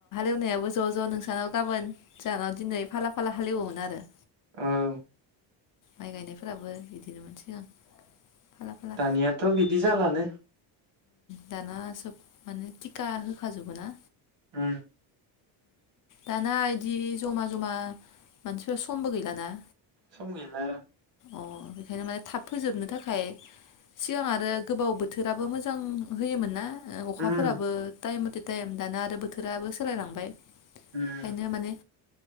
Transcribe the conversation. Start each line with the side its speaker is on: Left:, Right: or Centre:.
Left: जायाबो ज' ज' नोंसानाव गाबोन जोंहानाव दिनै फाला फाला हाेलिवोमोन आरो।
Right: औ
Left: माइ गायनायफोराबो एदिनोमोन सिगां फाला फाला
Right: दानियाथ' बिदि जालानो।
Left: दाना सोब माने थिखा होखाजोबो ना।
Right: उम
Left: दाना एदि जमा जमा मानसिफोर समबो गैलाना।
Right: सम गैला।
Left: अ बेखायनो माने थाब फोजोबनो थाखाय सिगां आरो गोबाव बोथोर दाबो मोजां होयोमोन ना। ओ अखाफोराबो
Right: उम
Left: टाइम मथे टाइम दाना आरो बोथोराबो सोलायलांबाय। ओंखायनो
Right: उम
Left: माने